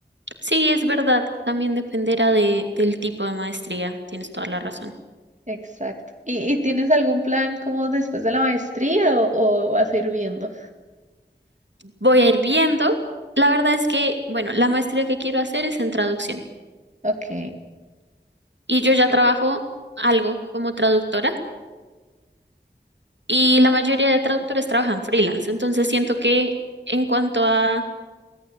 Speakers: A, on the right; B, on the right.
A: Sí, es verdad. También dependerá de, del tipo de maestría. Tienes toda la razón.
B: Exacto. ¿Y, y tienes algún plan como después de la maestría o, o vas a ir viendo?
A: Voy a ir viendo. La verdad es que, bueno, la maestría que quiero hacer es en traducción.
B: Ok,
A: Y yo ya trabajo algo como traductora y la mayoría de traductores trabajan freelance. Entonces siento que en cuanto a,